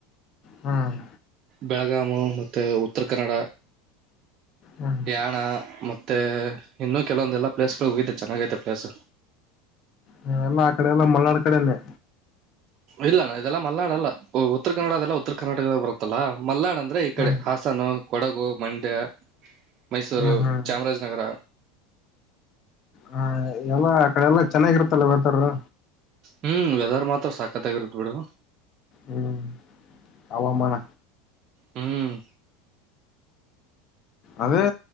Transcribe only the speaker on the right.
ಬೆಳಗಾಮು ಮತ್ತೆ ಉತ್ತರ ಕನ್ನಡ
ಯಾಣ ಮತ್ ಮತ್ತೆ ಇನ್ನೂ ಕೆಲವೊಂದೆಲ್ಲಾ ಪ್ಲೇಸಗಳು ಹೋಗಿದ್ದೆ ಚೆನ್ನಾಗೈತೆ ಪ್ಲೇಸ್
ಇಲ್ಲ ನ ಇದೆಲ್ಲಾ ಮಲ್ನಾಡ್ ಅಲ್ಲ ಉತ್ತರ ಕನ್ನಡ ಅದೆಲ್ಲ ಉತ್ತರ ಕರ್ನಾಟಕದ ಬರುತ್ತಲ್ಲಾ ಮಲ್ನಾಡ್ ಅತ್ ಎಲ್ಲಾ ಈ ಕಡೆ
ಹಾಸನ ಕೊಡಗು ಮಂಡ್ಯ ಮೈಸೂರು
ಚಾಮರಾಜನಗರ
ಹ್ಮ್ ವೆದರ್ ಮಾತ್ರ ಸಕ್ಕತ್ತಾಗಿರತ್ತು ಬಿಡು.
ಹ್ಮ್